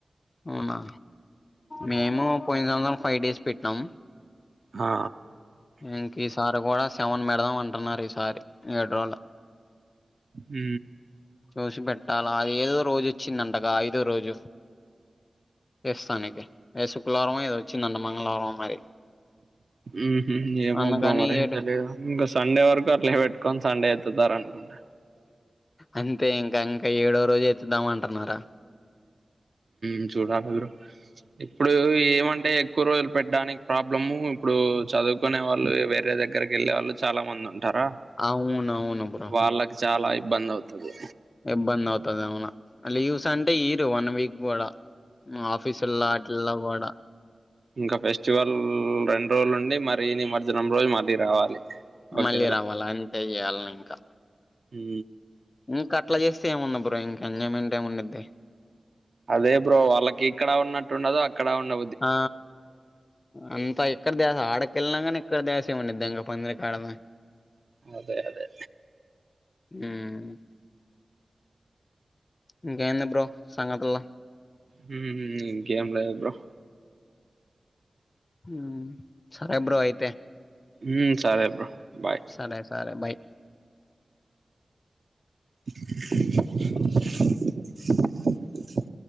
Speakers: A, on the left (about 45°); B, on the right (about 65°).
A: అవునా మేము పోయిన్ సంవత్సరం ఫైవ్ డేస్ పెట్నం.
B: ఆ
A: ఇంకిసారి కూడా సెవెన్ పెడదాం అంటున్నారు ఈసారి. ఏడ్రోలు
B: ఉ
A: చూసి పెట్టాలా ఏదో రోజు వచ్చిందింటగా ఐదో రోజు వేస్తా నీకి ఏ శుక్లవారమో ఏదోచ్చిదంట మంగళవారమో మరి
B: ఉహు ఏమో
A: అందుకని
B: బ్రో మరి
A: ఏడు
B: తెలిదు. ఇంగ సండే వరకు అట్లే పెట్టుకొని సండే ఎత్తుతారు అనుకుంటా.
A: అంతే ఇంక ఇంకా ఏడో రోజు ఎతుద్దాం అంటున్నారా.
B: ఉ చూడాలి బ్రో. ఇప్పుడు ఏమంటే ఎక్కువ రోజులు పెడ్డానికి ప్రాబ్లము ఇప్పుడు చదువుకునే వాళ్ళు వేరే దగ్గరకి ఎళ్ళే వాళ్ళు చాలా మంది ఉంటారా
A: అవును అవును బ్రో
B: వాళ్ళకి చాలా ఇబ్బంది అవుతది.
A: ఇబ్బంది అవుతది ఏమన్న. మలి లీవ్స్ అంటే ఇయరు వన్ వీక్ కూడ. ఉ ఆఫీసులా అటీల కూడ
B: ఇంక ఫెస్టివల్ రెండు రోజులుండి మరి నిమర్జనం రోజు మళ్ళీ రావాలి. ఓకేలా
A: మళ్ళీ రావాలి అంటే ఇయల్న ఇంకా
B: ఉ
A: ఇంక అట్ల చేస్తే ఏముంది బ్రో, ఇంక ఎంజాయ్మెంట్ ఏమి ఉండిద్ది.
B: అదే బ్రో వాళ్ళకి ఇక్కడ ఉన్నట్టు ఉండదు, అక్కడ ఉండ
A: ఆ ఇంకా ఇక్కడ దాకా ఆడకెళ్ళిన కానీ ఇక్కడ దాసామండి దంగ పందిరికాడనా
B: అదే అదే
A: హ్మ్ ఇంకేంది బ్రో సంగతులు
B: హ్మ్ ఇంకేం లేవు బ్రో
A: హ్మ్ సరే బ్రో అయితే
B: మ్మ్ సరే బ్రో బాయ్
A: సరే సరే బై
B: హామ్